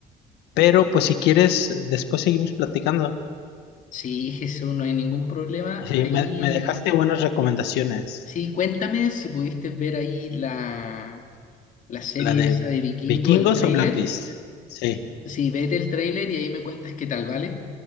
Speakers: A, on the left (about 85°); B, on the left (about 50°).
A: Pero, pues, si quieres, después seguimos platicando.
B: Sí, Jesús, no hay ningún problema.
A: Sí,
B: Ahí...
A: me, me dejaste buenas recomendaciones.
B: Sí, cuéntame si pudiste ver ahí la, La serie
A: La de
B: esa de Vikingo,
A: Vikingos
B: el tráiler.
A: o Blacklist. Sí,
B: Sí, vete el tráiler y ahí me cuentas qué tal, ¿vale?